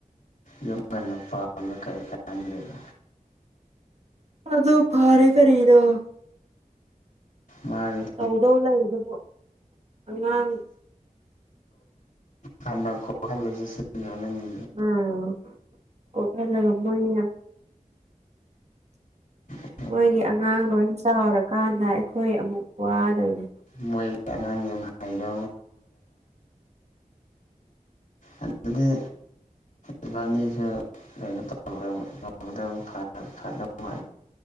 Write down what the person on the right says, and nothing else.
ꯑꯗ ꯐꯥꯔꯦ ꯀꯔꯤꯅꯣ
ꯇꯧꯗꯧ ꯂꯩ ꯑꯗꯨꯕꯨ ꯑꯉꯥꯡ
ꯎꯝ ꯀꯣꯈꯟꯂꯒꯥ ꯃꯣꯏꯅꯥ
ꯃꯣꯏꯒꯤ ꯑꯉꯥꯡ ꯂꯣꯏ ꯆꯥꯎꯔꯀꯥꯟꯗ ꯑꯩꯈꯣꯏ ꯑꯃꯨꯛ ꯋꯥꯗꯣꯏꯅꯦ